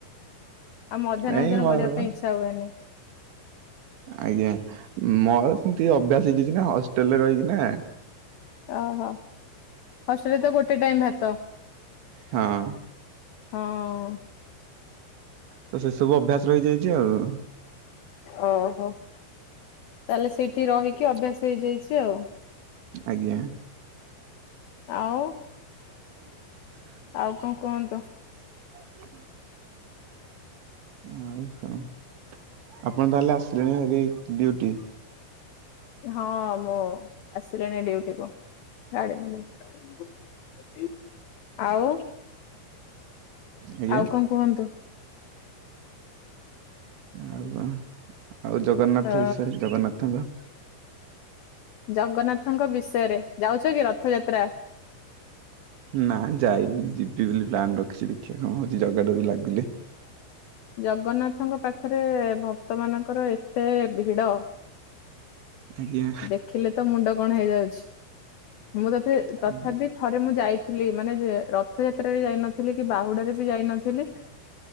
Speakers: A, on the left (about 80°); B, on the right (about 65°).
A: ଆଉ ମଧ୍ୟାହ୍ନ
B: ନାଇଁ
A: ଭୋଜନ
B: ମୋର
A: କରିବା ପାଇଁ ଇଚ୍ଛା ହୁଏନି।
B: ଆଜ୍ଞା ମୋର ସେମିତି ଅଭ୍ୟାସ ହେଇଯାଇଚିନା ହଷ୍ଟେଲ ରେ ରହିକି ନା।
A: ଓହୋ ହଷ୍ଟେଲରେ ତ ଗୋଟେ ଟାଇମ ଭାତ।
B: ହଁ।
A: ହଁ।
B: ତ ସେସବୁ ଅଭ୍ୟାସ ରହିଯାଇଛି ଆଉ।
A: ଓହୋ ତାହେଲେ ସେଇଠି ରହିକି ଅଭ୍ୟାସ ହେଇଯାଇଛି ଆଉ।
B: ଆଜ୍ଞା।
A: ଆଉ।
B: <unintelligible>
A: ଆଉ କଣ କୁହନ୍ତୁ?
B: ଆଉ କ ଆପଣ ତାହେଲେ ଆସିଲେଣି ଏବେ ଡୁଟି?
A: ହଁ ମୁଁ ଆସିଲିଣି ଡିଉଟିକୁୁ। <unintelligible> ଆଉ।
B: ଆଜ୍ଞା
A: ଆଉ କଣ କୁହନ୍ତୁ?
B: ଆଉ କଣ? ଆଉ ଜଗନ୍ନାଥ
A: ଅ
B: ବିଷୟରେ ଜଗନ୍ନାଥଙ୍କ
A: ଜଗନ୍ନାଥଙ୍କ ବିଷୟରେ, ଯାଉଛ କି ରଥଯାତ୍ରା?
B: ନା ଯାଇନି ଯିବି ବୋଲି ପ୍ଲାନ୍ ରଖିଛି ଦେଖିବା କଣ ହଉଛି ଜଗା ଡୋରି ଲାଗିଲେ।
A: ଜଗନ୍ନାଥଙ୍କ ପାଖରେ ଭକ୍ତ ମାନଙ୍କର ଏତେ ଭିଡ।
B: ଆଜ୍ଞା
A: ଦେଖିଲେ ତ ମୁଣ୍ଡ କଣ ହେଇଯାଉଛି, ମୁଁ ତତେ ତଥାପି
B: ଆଜ୍ଞା
A: ଥରେ ମୁଁ ଯାଇଥିଲି ମାନେ ଯେ ରଥଯାତ୍ରାରେ ଯାଇନଥିଲି କି ବାହୁଡାରେ ବି ଯାଇନଥିଲି।